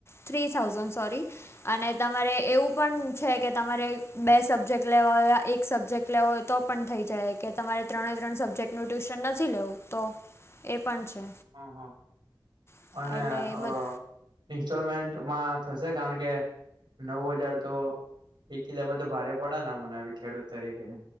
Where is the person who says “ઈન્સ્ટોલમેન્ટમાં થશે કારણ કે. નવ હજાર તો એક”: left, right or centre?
Right